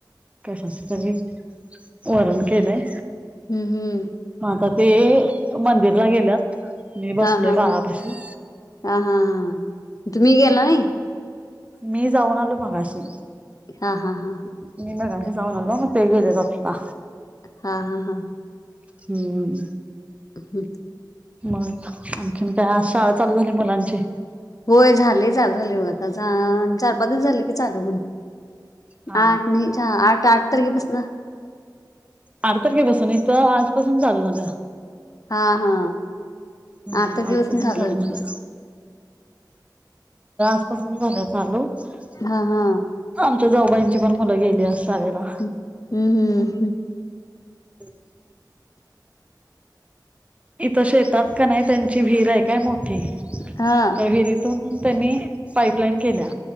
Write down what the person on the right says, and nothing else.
कशाच तरी वरण केलंय
मग आता ते मंदिरला गेल्यात मी बसलोय
बाळापाशी
मी जाऊन आलो मगाशी
मी मगाशी जाऊन आलो मग ते गेलेत आतां
हम्म
मग आणखीन काय आज शाळा चालू झाली मुलांची
हा
बारा तारखे पासून आहेत तर आजपासून चालू झालं ह
हम्म
आ त चालू
झाला
<unintelligible>
आमच्या जाऊबाईंची पण मुलं गेली आज शाळेला
हम् इथं शेतात कानय त्यांची विहीर आहे काय मोठी त्या
विहिरीतून त्यांनी पाईपलाईन केल्या